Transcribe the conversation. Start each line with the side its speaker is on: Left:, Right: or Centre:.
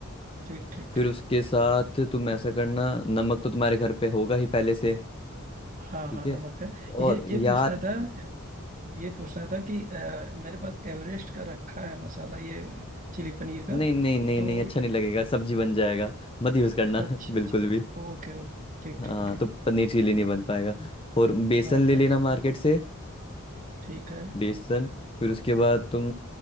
Right: ठीक ठीक
Left: फिर
Right: ठीक
Left: उसके साथ तुम ऐसा करना नमक तो तुम्हारे घर पे होगा ही पहले से
Right: हाँ
Left: ठीक
Right: हाँ
Left: है
Right: नमक है ये
Left: और याद
Right: ये पूछना था ये पूछना था कि अ, मेरे पास एवरेस्ट का रखा है मसाला ये चिली पनीर
Left: नहीं
Right: का
Left: नहीं नहीं
Right: तो
Left: नहीं अच्छा नहीं लगेगा सब्जी बन जाएगा मत यूज करना
Right: अच्छा
Left: <laughs> बिल्कुल
Right: अच्छा
Left: भी
Right: Okay okay ठीक
Left: हाँ
Right: ठीक ठीक
Left: तो पनीर चिली
Right: ठीक,
Left: नहीं बन पाएगा और बेसन
Right: हाँ
Left: ले
Right: हाँ
Left: लेना मार्केट से
Right: ठीक है
Left: बेसन फिर उसके बाद तुम